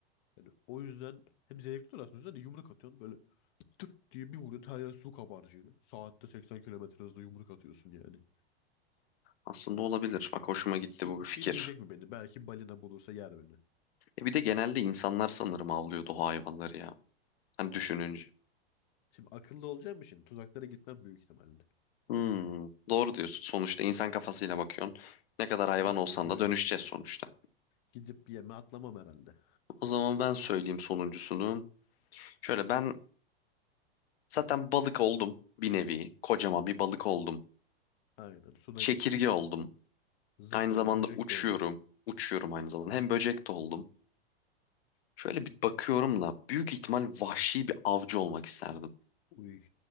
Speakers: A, on the left; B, on the left.
A: Yani o yüzden hem zevkli oluyor aslında. Hani yumruk atıyorsun böyle tık diye bir vuruyorsun. Her yer su kabarcığı. Saatte 80 kilometre hızla yumruk atıyorsun yani.
B: Aslında olabilir. Bak hoşuma gitti
A: Kim,
B: bu bir
A: kim
B: fikir.
A: yiyecek mi beni? Belki balina bulursa yer beni.
B: E bir de genelde insanlar sanırım avlıyordu o hayvanları ya. Hani düşününce.
A: Şimdi akıllı olacağım şimdi? Tuzaklara gitmem büyük ihtimalle.
B: Hmm, doğru diyorsun. Sonuçta insan kafasıyla bakıyorsun. Ne kadar hayvan
A: Aynen
B: olsan
A: öyle.
B: da dönüşeceğiz sonuçta.
A: Gidip yeme atlamam herhalde.
B: O zaman ben söyleyeyim sonuncusunu. Şöyle ben zaten balık oldum bir nevi. Kocaman bir balık oldum.
A: Aynen. Suda
B: çekirge
A: gittin.
B: oldum.
A: Zıpladın.
B: Aynı zamanda
A: Böcek
B: uçuyorum.
A: de oldun.
B: Uçuyorum aynı zamanda. Hem böcek de oldum. Şöyle bir bakıyorum da büyük ihtimal vahşi bir avcı olmak isterdim.
A: Uy.